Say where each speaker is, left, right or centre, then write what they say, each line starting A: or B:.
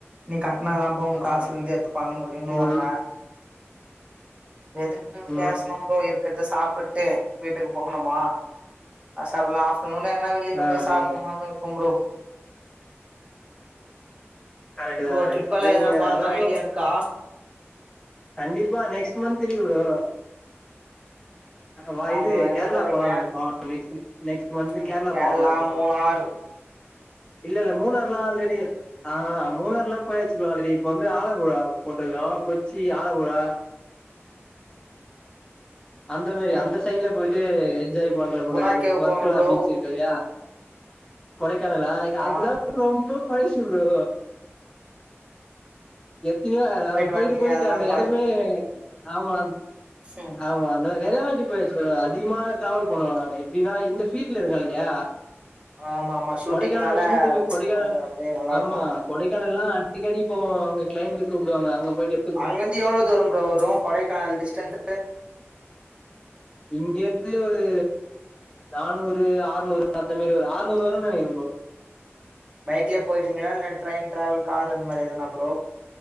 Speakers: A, on the right; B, on the left.
A: நீ கட்னா தாம்ப்பா உ
B: ஆமா
A: காசுல இருந்து எத்து பண்ண முடியுனுவாங்க
B: ம்
A: எதுக்கு பேசனு
B: ம்
A: ப்ரோ இருக்கு ருக்கறத சாப்புட்டு வீட்டுக்கு போகணுமா அ சர் இல்லனா சொன்னொன்னே எங்னா வெளியில
B: ஆ
A: போய் சாப்டோமான்
B: ஆ
A: இருக்கம் ப்ரோ
B: கரெக்ட்
A: ப்ரோ
B: தா கரெக்ட்
A: ட்ரிப்பல்லா
B: தா நீங்க
A: ஏதுனா போற
B: அதா
A: மாரி
B: ப்ரோ
A: ஐடியா இருக்கா
B: கண்டிப்பா நெக்ஸ்ட் மன்த் இருக்கு ப்ரோ வா
A: ஆ
B: இது
A: ப்ரோ எங்க
B: கேரளா
A: போறீங்க
B: போலான்னு இருக்கோ நெக்ஸ்ட் நெக்ஸ்ட்
A: ம்
B: மந்த்
A: கேரளா
B: போலான்னு இருக்கோ
A: மூனார்
B: இல்ல இல்ல மூணாறுலா ஆல்ரெடி ஆ மூணாறு எல்லா போயாச்சு ப்ரோ ஆல்ரெடி இப்ப வந்து ஆலப்புழா போட்ருக்கோ கொச்சி ஆலப்புழா அந்த மாரி
A: ம்
B: அந்த சைட்ல போயிட்டு என்ஜாய் பண்ண போல
A: குணா
B: இருக்கு
A: கேவ்
B: வர்கலா
A: போங்க ப்ரோ
B: பீச் இருக்கு இல்லையா கொடைக்கானலா
A: ஆமா
B: அதுலா ரொம்ப பழ்சு ப்ரோ எத்தினியோ அது அவங்க போயிட்டு
A: வந்ட்டீங்க
B: போயிட்டு
A: அதனால
B: அந்த எடமே ஆமா
A: செ
B: ஆமா நெறையா வாட்டி போயச்சு ப்ரோ அதிகமா ட்ராவல் பண்ணணு நா எப்டின்னா இந்த ஃபீல்ட்ல இருக்க இல்லயா
A: ஆமா ஆமா ஷூட்டிங்னால
B: கொடைக்கானல் சூட்டுக்கு கொடைக்கானல்
A: கொஞ்சோ அப்டியே நல்லா
B: ஆமா
A: இருக்கு
B: கொடைக்கானல்லா அடிக்கடி போவோ அங்க கிளைண்ட் கூப்டுவாங்க அங்க போயி்ட்டு
A: அங்கந்து எவ்ளோ தூரோ ப்ரோ வரும் கொடைக்கானல் டிஸ்டன்ஸ்
B: இங்கிருந்து ஒரு நானூறு ஆறுநூறு அந்த மெரி ஒரு ஆறுநூறு வரு நெனைக்கிற ப்ரோ
A: பைக்லே போயிடீங்ளா இல்ல ட்ரெயின் ட்ராவல் காரு அந்த மாரி எதுனா ப்ரோ